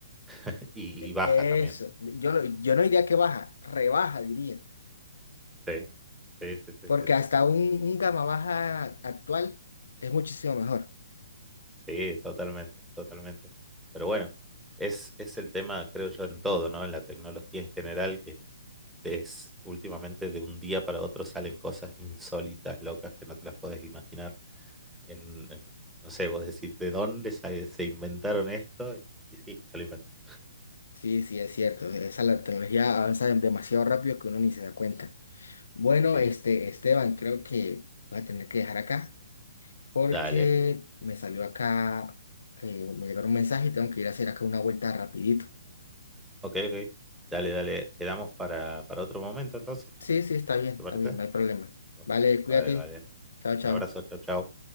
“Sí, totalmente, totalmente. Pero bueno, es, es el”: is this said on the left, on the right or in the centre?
Centre